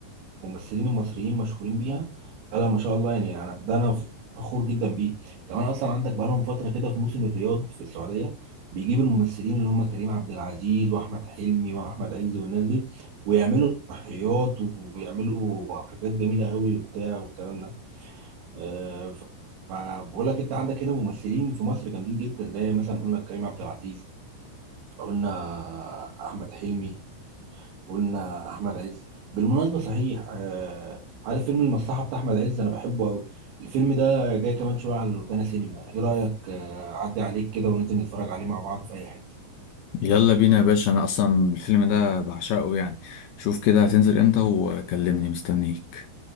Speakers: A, on the right (about 65°); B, on the left (about 85°).
A: الممثلين المصريين مشهورين بيها لا لا ما شاء الله يعني أنا- ده انا فخور جدا بيه كمان اصلا عندك بقالهم فتره كده في موسم الرياض في السعوديه بيجيب الممثلين اللي هم كريم عبد العزيز واحمد حلمي واحمد عز والناس دي ويعملوا تضحيات ويعملوا حاجات جميله قوي وبتاع والكلام ده أه ف- فبقول لك انت عندك هنا ممثلين في مصر جامدين جدا زي مثلا قلنا كريم عبد العزيز قلنا احمد حلمي قلنا احمد عز بالمناسبه صحيح آه عارف فيلم المصلحه بتاع احمد عز انا بحبه قوي الفيلم ده جاي كمان شويه على روتانا سينما ايه رايك آه، اعدي عليك كده وننزل نتفرج عليه مع بعض في اي حته
B: يلا بينا يا باشا انا اصلا الفيلم ده بعشقه يعني شوف كده هتنزل امتى وكلمني مستنيك